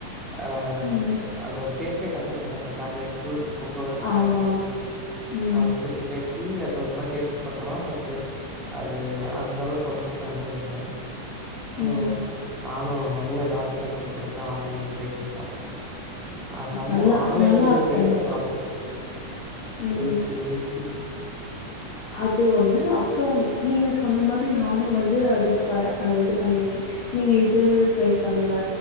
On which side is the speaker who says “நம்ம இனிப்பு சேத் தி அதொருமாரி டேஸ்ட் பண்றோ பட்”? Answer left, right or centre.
Centre